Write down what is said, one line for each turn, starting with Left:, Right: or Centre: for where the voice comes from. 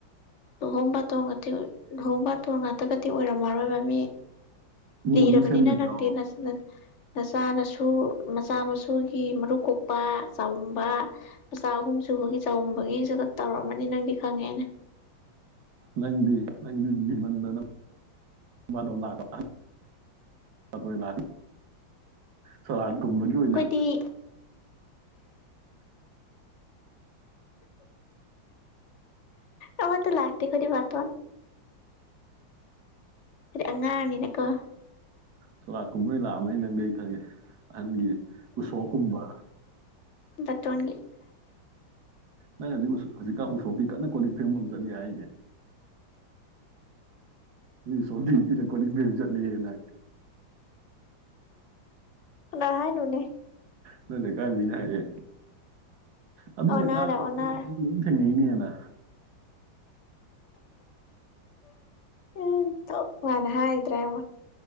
Left: ꯂꯨꯍꯣꯡ ꯕꯥꯇꯣꯟ ꯉꯇꯤ ꯂꯨꯍꯣꯡ ꯕꯥꯇꯣꯟ ꯉꯥꯇꯒꯗꯤ ꯑꯣꯏꯔꯝꯃꯔꯣꯏꯕ ꯃꯤ
Right: ꯏꯃꯨꯡ
Left: ꯂꯤꯔꯕꯅꯤꯅ
Right: ꯃꯅꯨꯡ ꯁꯦꯝꯕꯩꯁꯨ
Left: ꯅꯪ
Right: ꯌꯥꯎꯔꯕ
Left: ꯗꯤ ꯅꯆ ꯅ ꯃꯆꯥ ꯅꯁꯨ ꯃꯆꯥ ꯃꯁꯨꯒꯤ ꯃꯔꯨ ꯀꯣꯛꯄ ꯆꯥꯎꯝꯕ ꯃꯆꯥ ꯑꯍꯨꯝꯁꯨ ꯕꯨꯡꯉꯣꯒꯤ ꯆꯥꯎꯝꯕꯒꯤꯖꯨꯒ ꯇꯧꯔꯝꯃꯅꯤ ꯅꯪꯗꯤ ꯈꯪꯉꯦ ꯑꯩꯅ
Right: ꯅꯪꯗꯤ ꯅꯪꯗꯤ ꯂꯤꯃꯟꯗꯅ ꯕꯥꯗꯣꯟ ꯂꯥꯛꯄꯀꯥꯟꯗ ꯑꯈꯣꯢ ꯂꯥꯛꯑꯗꯤ ꯁꯣꯔꯥꯠ ꯀꯨꯝꯕꯒꯤ
Left: ꯑꯩꯈꯣꯏꯗꯤ
Right: ꯑꯣꯏꯅ
Left: ꯑꯃꯥꯠ ꯇ ꯂꯥꯛꯇꯦ ꯈꯣꯏꯗꯤ ꯕꯥꯇꯣꯟ ꯗꯤ ꯑꯉꯥꯡꯅꯤꯅꯀꯣ
Right: ꯁꯣꯔꯥꯠ ꯀꯨꯝꯕꯩ ꯂꯥꯛꯑꯃꯅꯤ ꯅꯪꯗꯤ ꯑꯩ ꯈꯪꯉꯦ ꯑꯍꯟꯒꯤ ꯎꯁꯣꯞꯀꯨꯝꯕ
Left: ꯗꯇꯣꯟꯒꯤ
Right: ꯅꯪ ꯅꯪ ꯍꯧꯖꯤꯛ ꯍꯧꯖꯤꯛꯀꯥꯟ ꯎꯁꯣꯞꯀꯤ ꯀꯟꯅ ꯀꯣꯂꯤꯛ ꯐꯦꯡꯕ ꯑꯃ ꯆꯠꯂꯤ ꯍꯥꯏꯅꯦ ꯃꯤ ꯎꯁꯣꯞ ꯊꯤꯔ ꯊꯤꯔ ꯀꯣꯂꯤꯛ ꯐꯦꯡ ꯆꯠꯂꯦ ꯅꯪ
Left: ꯀꯅꯥ ꯍꯥꯏꯅꯣꯅꯦ
Right: ꯅꯣꯢ ꯂꯩꯀꯥꯏ ꯃꯤꯅ ꯍꯥꯏꯔꯛꯑꯦ ꯑꯗꯨꯒꯤ
Left: ꯑꯣꯟꯅꯔꯦ
Right: ꯑꯉꯥꯡꯗꯣ
Left: ꯑꯣꯟꯅꯔꯦ
Right: ꯑꯗꯨꯝ ꯀꯣꯂꯤꯛ ꯐꯦꯡꯕꯝꯗ ꯑꯗꯨꯝ ꯊꯦꯡꯅꯩꯅꯦ ꯅ
Left: ꯎꯝ ꯑꯣꯟꯊꯣꯛ ꯃꯥꯅ ꯍꯥꯏꯗ꯭ꯔ ꯌꯦꯡꯎ